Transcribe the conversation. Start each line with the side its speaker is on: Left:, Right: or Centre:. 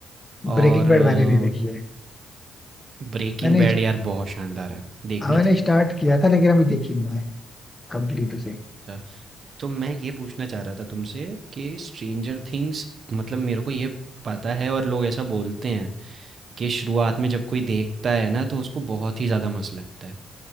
Right: और
Left: ब्रेकिंग बैड मैंने नहीं देखी है
Right: ब्रेकिंग
Left: मैंने
Right: बैड यार बहुत शानदार है देखनी
Left: हाँ, मैंने
Right: चाहिए
Left: स्टार्ट किया था लेकिन अभी देखी नहीं है कंप्लीट उसे
Right: अच्छा तो मैं ये पूछना चाह रहा था तुमसे कि स्ट्रेंजर थिंग्स मतलब मेरे को ये पता है और लोग ऐसा बोलते हैं कि शुरुआत में जब कोई देखता है ना तो उसको बहुत ही ज़्यादा मस्त लगता है